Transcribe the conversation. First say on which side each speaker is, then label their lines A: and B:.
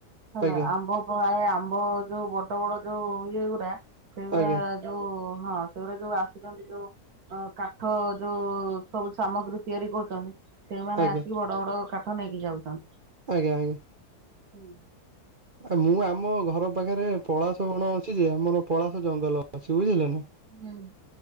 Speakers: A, on the right; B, on the right.
A: ହେଲା
B: ଆଜ୍ଞା
A: ଆମ୍ବ। ଆ ଆମ୍ବ ଯୋଉ ବଡ ବଡ ଯୋଉ ଇଏ ଗୁଡା ସେଇଗୁଡା
B: ଆଜ୍ଞା
A: ଯୋଉ ହଁ ସେଗୁଡା ଯୋଉ ଆସୁଛନ୍ତି। ଯୋଉ ହଁ କାଠ ଯୋଉ ସବୁ ସାମଗ୍ରୀ ତିଆରି କରୁଛନ୍ତି। ସେଇମାନେ
B: ଆଜ୍ଞା
A: ଆସିକି ବଡ ବଡ କାଠ ନେଇକି ଯାଉଛନ୍ତି।
B: ଆଜ୍ଞା। ଆଜ୍ଞା।
A: ହୁଁ।
B: ମୁଁ ଆମ ଘର ପାଖରେ ପଳାଶ ବଣ ଅଛି ଯେ ଆମର ପଳାଶ ଜଙ୍ଗଲ ଅଛି ବୁଝିଲେନା
A: ହୁଁ।